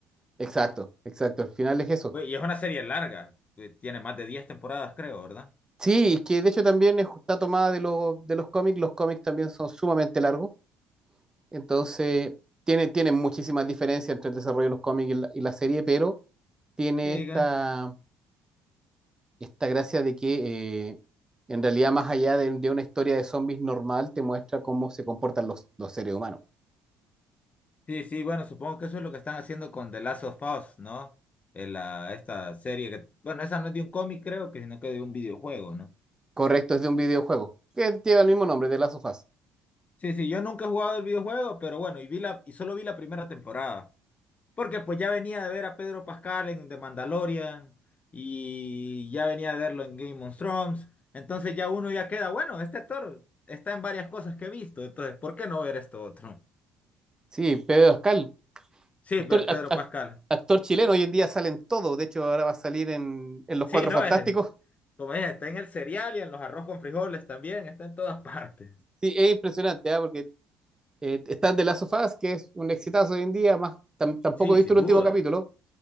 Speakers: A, on the right; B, on the left.
A: Exacto, exacto, al final es eso.
B: Güey, Y es una serie larga, que tiene más de 10 temporadas, creo, ¿verdad?
A: Sí, y que de hecho también es- está tomada de los, de los cómics, los cómics también son sumamente largos Entonces, tiene, tiene muchísimas diferencias entre el desarrollo de los cómics y la, y la serie, pero tiene
B: Sí,
A: esta, esta gracia de que eh, en realidad, más allá de, de una historia de zombies normal, te muestra cómo se comportan los, los seres humanos.
B: Sí, sí, bueno, supongo que eso es lo que están haciendo con The Last of Us, ¿no? En la, esta serie que, bueno, esa no es de un cómic, creo que, sino que de un videojuego, ¿no?
A: Correcto, es de un videojuego que lleva el mismo nombre, de Last of Us.
B: Sí, sí, yo nunca he jugado el videojuego, pero bueno, y vi la, y solo vi la primera temporada. Porque pues ya venía de ver a Pedro Pascal en The Mandalorian, y ya venía de verlo en Game of Thrones. Entonces ya uno ya queda, bueno, este actor está en varias cosas que he visto, entonces, ¿por qué no ver esto otro?
A: Sí, Pedro Pascal,
B: Sí,
A: actor,
B: pero
A: ac-
B: Pedro
A: ac-
B: Pascal.
A: actor chileno, hoy en día salen todos, de hecho ahora va a salir en, en Los
B: Sí,
A: Cuatro
B: no
A: Fantásticos.
B: es. Como es, está en el cereal y en los arroz con frijoles también, está en todas <laughs> partes.
A: Sí, es impresionante, ¿ah? porque eh, están de Last of Us, que es un exitazo hoy en día, más tam- tampoco
B: Sí,
A: he visto
B: sin
A: el
B: duda.
A: último capítulo,